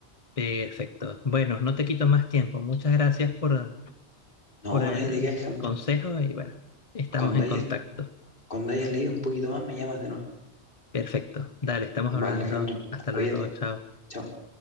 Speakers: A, on the left; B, on the left.
A: Perfecto. Bueno, no te quito más tiempo. Muchas gracias por,
B: No,
A: por el
B: no hay de qué, Alejandro.
A: consejo y bueno, estamos
B: Cuando
A: en
B: hayas,
A: contacto.
B: cuando hayas leído un poquito más, me llamas de nuevo.
A: Perfecto. Dale, estamos
B: Vale,
A: hablando.
B: Alejandro,
A: Hasta
B: cuídate.
A: luego. Chao.
B: Chao.